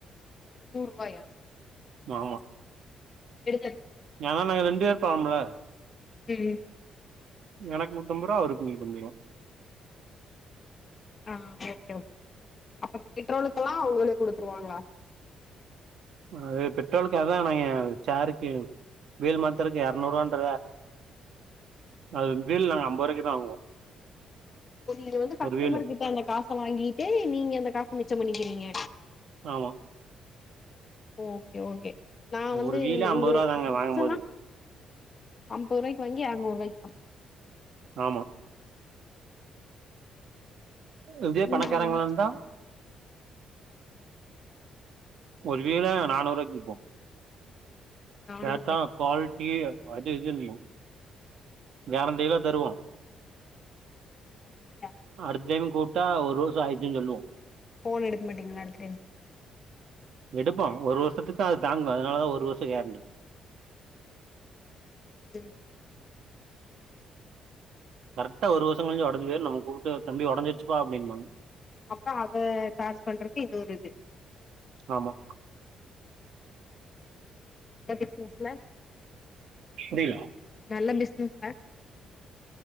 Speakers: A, on the left; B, on the right.
A: முன்னூரூவாயா
B: ஆமா
A: எடுத்த
B: ஏனா நாங்க ரெண்டு பேர் போவோம்லே
A: ம்
B: எனக் நூத்தம்பதுரூவா அவருக் நூத்தம்பதுரூவா
A: ஆம் ஓகே ஓகே அப்போ பெட்ரோலுக்கெல்லா அவ்ங்களே குடுத்துருவாங்களா
B: அது பெட்ரோலுக்கு அதா நா ஏ சேருக்கு வீல் மாத்தருக்கு எரநூறுவான்ற அது வீல் நாங்க அம்பருவாய்க்கிதா வாங்குவோ
A: இப்போ நீங்க வந்து கஸ்டமர்
B: ஒரு வீலு
A: கிட்ட அந்த காச வாங்கி கிட்டு நீங்க அந்த காஸ் மிச்சம் பண்ணிக்கிறீங்க
B: ஆமா
A: ஓகே ஓகே நா வந்து
B: ஒரு
A: இம்
B: வீலே ஐம்பது
A: இந்த
B: ரூபா தாங்க
A: டிப்ஸல்லா
B: வாங்கும் போது
A: அம்பருவாய்க்கி வாங்கி அறுநூறுவாய்க்
B: ஆமா இதே பணக்காரங்களா
A: ம்
B: இருந்தா ஒரு வீல நானூருவாய்க்கி விப்போ
A: நானூறு
B: கேட்டா
A: ரூவாய்க்கு
B: க்வாலிட்டி அது இதுன்போ கேரண்டிலா தருவோ
A: ய
B: அடுத்டைம் கூப்ட்டா ஒரு வர்ஷொ ஆயிரிச்சின் சொல்லுவோ
A: ஃபோன் எடுக் மாட்டீங்ளா அடுத்த டைம் கூப்ட்டா
B: எடுப்போ ஒரு வருஷத்துக்தா அது தாங்கு அதுனால தா ஒரு வர்ஷோ கேரண்டி
A: உ
B: கரெக்ட்டா ஒரு வர்ஷோ கழிச்சு ஒடஞ்சு போய்ரு நம்ம குடுக்ற தம்பி ஒடஞ்சிருச்சுப்பா அப்டிம்பாங்க
A: அப்ப அத சார்ஜ் பண்றதுக்கு இது ஒரு இது
B: ஆமா
A: நல்ல பிஸ்னஸ்ல
B: புரில
A: நல்ல பிஸ்னஸ்ல